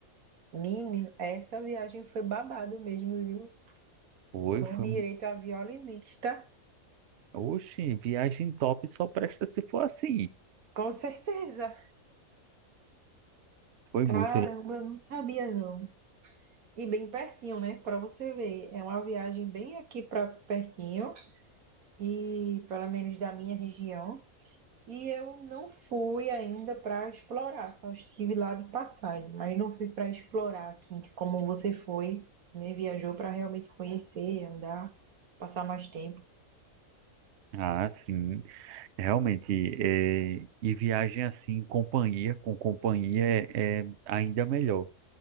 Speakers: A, on the right; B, on the right.
A: Menino, essa viagem foi babado mesmo, viu?
B: Foi,
A: Com
B: foi,
A: direito
B: mu-
A: a violinista,
B: oxe, viagem top só presta se for assim.
A: com certeza.
B: Foi
A: Caramba,
B: muito
A: eu não sabia não. E bem pertinho, né? Pra você ver, é uma viagem bem aqui pra pertinho e pelo menos da minha região. E eu não fui ainda pra explorar, só estive lá de passagem, mas não fui pra explorar assim, como você foi, né? Viajou pra realmente conhecer, andar, passar mais tempo.
B: Ah, sim. Realmente, é, e viagem assim, em companhia, com companhia é, é ainda melhor.